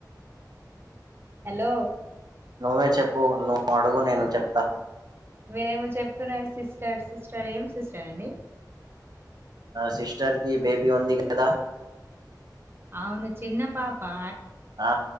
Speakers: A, on the right; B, on the right.
A: హలో
B: నువ్వే చెప్పు నువ్వు అడుగు నేను చెప్తా
A: మీరేమో చెప్తున్నారు సిస్టర్ సిస్టర్ ఏం సిస్టర్ అండి
B: ఆ సిస్టర్ కి బేబీ ఉంది కదా
A: అవును చిన్న పాపా
B: ఆ